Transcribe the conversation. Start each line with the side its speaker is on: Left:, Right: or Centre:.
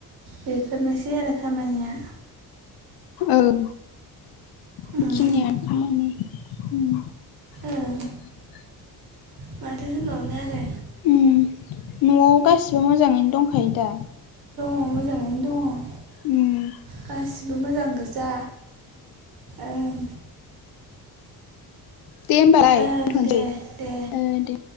Right: बेफोरनोसै आरो खामानिया।
Left: ओं। बेखिनियानो
Right: उम
Left: खामानि ओम।
Right: ओं
Left: <inaudible>
Right: माथो होनबावनो आरो।
Left: उम न'आव गासिबो मोजाङैनो दंखायो दा?
Right: ओं दङ मोजाङैनो दङ
Left: ओम।
Right: गासिबो मोजां गोजा ओं।
Left: दे होमबालाय
Right: ओं
Left: दथ'नोसै
Right: दे दे
Left: ओ दे।